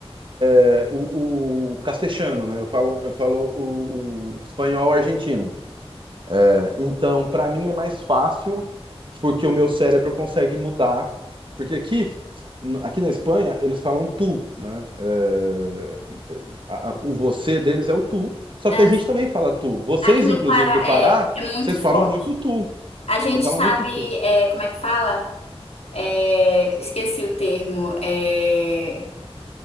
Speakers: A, on the right; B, on the left.
A: É, o, o castexano, né? Eu falo, eu falo o, o espanhol argentino. É, Então, para mim é mais fácil porque o meu cérebro consegue mudar. Porque aqui, aqui na Espanha, eles falam tu, né? É, é, a- a- o você deles é o tu. Só
B: Né?
A: que a gente também fala tu. Vocês,
B: Aqui no
A: inclusive,
B: Pará
A: do Pará,
B: é, é muito
A: vocês
B: forte.
A: falam muito tu.
B: A gente
A: Vocês falam
B: sabe,
A: muito tu.
B: é, como é que fala? É, esqueci o termo. É,